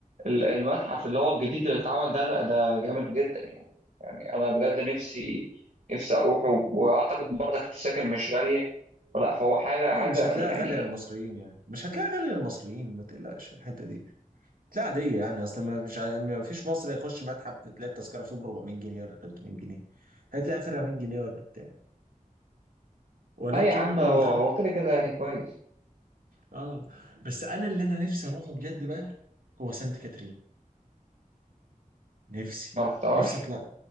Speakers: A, on the right; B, on the right.
A: ال- المتحف اللي هو الجديد اللي اتعمل ده لا ده جامد جدا يعني يعني انا بجد نفسي نفسي اروحه واعتقد برضك التذاكر مش غالية فلا فهو حاجة
B: لا
A: حاجة
B: مش هتلاقيها
A: يعني
B: غالية للمصريين يعني مش هتلاقيها غالية للمصريين ما تقلقش في الحتة دي لا عادية يعني أصلا ما مش ع- ما فيش مصري يخش متحف تلاقي التذكرة فيه ب 400 جنيه ولا 300 جنيه هتلاقي آخرها 100 جنيه ولا بتاع ولكن
A: اه يا عم
B: وغ...
A: هو هو كده كده يعني كويس
B: آه بس أنا اللي أنا نفسي أروحه بجد بقى هو سانت كاترين نفسي
A: ما رحتهاش
B: نفسي أطلع